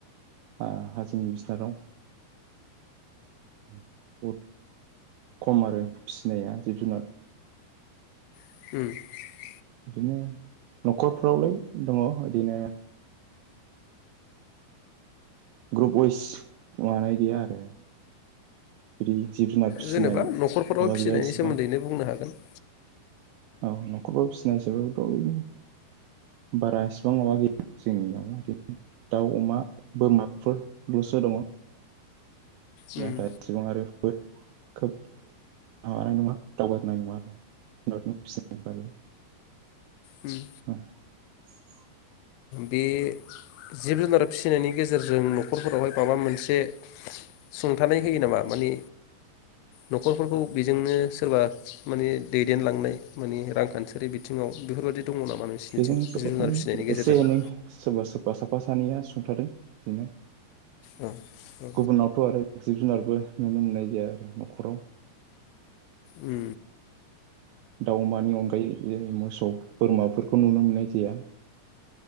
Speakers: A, on the right (about 85°); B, on the left (about 85°).
A: हा हा जोंनि बिसनाटाव बहुद खम आरो फिसिनाया जिब जुनार
B: <unintelligible>
A: बिदिनो नखरफ्रावलाय दङ बिदिनो ग्रुप वाइस मानाय गैया आरो बिदि जिब जुनार फिसिनाय
B: जेनेबा नखरफोराव
A: माबा
B: फिसिनायनि
A: गैया इसेबां
B: सोमोन्दैनो बुंनो हागोन
A: औ नखरफोराव फिसिनाय हिसाबैथ बिदिनो बारा इसिबां माबा गैया जोंनियाव बिदिनो दाउ अमा बोरमाफोरलसो दङ
B: उम
A: बेनि <unintelligible> सेबां आरो बो खोब माबानाय नङा दावगानाय नङा आरोनि <unintelligible> फिसि बै
B: उम
A: <unintelligible>
B: बे जिब जुनार फिसिनायनि गेजेरजों नखरफोरावहाय माबा मोनसे सुंथानाय होयो नामा माने नखरफोरखौ बेजोंनो सोरबा माने दैदेनलांनाय माने रांखान्थियारि बिथिङाव बेफोरबायदि दङ नामा नोंसिनिथिं
A: बेजोंथ
B: जिब जुनार फिसिनायनि गेजेरजों
A: एसे एनै सोरबा सोरबा साफा सानैया सुंथादों बिदिनो
B: औ औ
A: गुबुनावथ आरो जिब जुनारबो नुनो मोननाय जाया आरो नखराव
B: उ
A: दाउ अमानि अनगायै जेरै मोसौ बोरमाफोरखौ नुनो मोननाय जाया